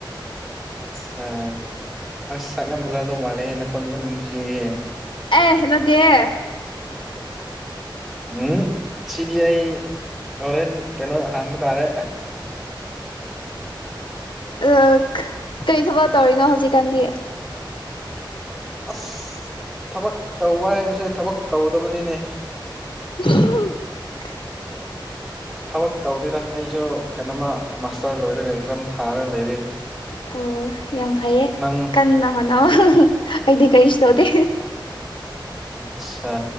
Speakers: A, in the centre; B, on the left.
A: ꯑꯆꯥ ꯑꯁ ꯁꯛ ꯌꯥꯝ ꯐꯖꯒꯗꯧꯕ ꯃꯥꯜꯂꯦꯍꯦ ꯅꯈꯣꯜꯗꯣ ꯌꯥꯝ ꯅꯨꯡꯁꯤꯌꯦꯍꯦ
B: ꯑꯦ ꯅꯠꯇꯤꯌꯦ
A: ꯎꯝ ꯁꯤꯗꯤ ꯑꯩ ꯍꯣꯔꯦꯟ ꯀꯩꯅꯣ ꯍꯥꯡꯕ ꯇꯥꯔꯦ
B: ꯑ ꯀꯩ ꯊꯕꯛ ꯇꯧꯔꯤꯅꯣ ꯍꯧꯖꯤꯛꯀꯥꯟꯗꯤ
A: ꯑꯁ ꯊꯕꯛ ꯇꯧꯕ ꯍꯥꯏꯕꯁꯦ ꯊꯕꯛ ꯇꯧꯗꯕꯅꯤꯅꯦ
B: <unintelligible>
A: ꯊꯕꯛ ꯇꯧꯗꯦꯗ ꯑꯩꯁꯨ ꯀꯩꯅꯣꯝꯃ ꯃꯥꯁꯇꯔ ꯂꯣꯏꯔꯒ ꯑꯦꯛꯖꯥꯝ ꯊꯥꯔꯒ ꯂꯩꯔꯤ
B: ꯑꯣ ꯌꯥꯝ ꯐꯩꯌꯦ
A: ꯅꯪ
B: ꯀꯟꯅ ꯍꯣꯠꯅꯧ ꯑꯧ ꯑꯩꯗꯤ ꯀꯩꯁꯨ ꯇꯧꯗꯦ
A: ꯑꯠꯆꯥ